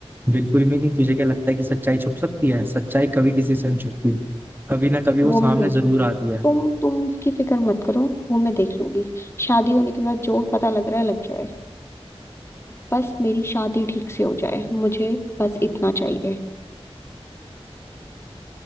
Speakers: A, on the right; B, on the left.
A: बिल्कुल भी नहीं तुझे क्या लगता है कि सच्चाई छुप सकती है सच्चाई कभी किसी से नहीं छुपती कभी ना कभी वो
B: वो
A: सामने
B: मैं देख
A: जरूर
B: लूंगी
A: आती है
B: तुम तुम उसकी फिक्र मत करो वो मैं देख लूंगी शादी होने के बाद जो पता लग रहा है लग जाए बस मेरी शादी ठीक से हो जाए मुझे बस इतना चाहिए